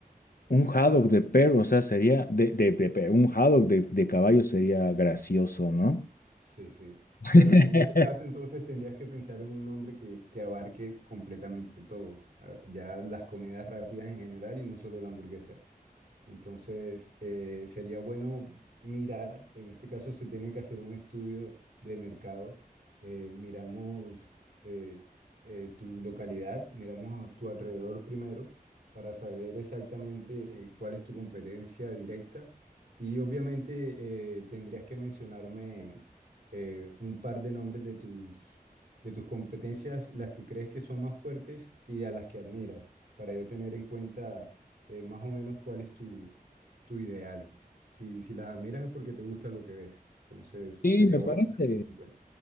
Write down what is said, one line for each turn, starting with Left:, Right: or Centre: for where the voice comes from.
Left: un haddock de perro, o sea, sería de, de- de- de- un haddock de, de caballo sería gracioso, ¿no?
Right: Sí, sí.
Left: <laughs>
Right: Bueno, en este caso entonces tendrías que pensar en un nombre que, que abarque completamente todo, a- ya las comidas rápidas en general y no solo la hamburguesa. Entonces, eh, sería bueno mirar, en este caso se tiene que hacer un estudio de mercado. Eh, miramos eh, eh, tu localidad, miramos a tu alrededor primero para saber exactamente eh, cuál es tu competencia directa. Y obviamente eh, tendrías que mencionarme eh, un par de nombres de tus, de tus competencias, las que crees que son más fuertes y a las que admiras, para yo tener en cuenta eh, más o menos cuál es tu, tu ideal. Si, si las admiras es porque te gusta lo que ves. Entonces,
Left: Sí,
Right: sería
Left: me
Right: bueno
Left: parece.
Right: tener en cuenta.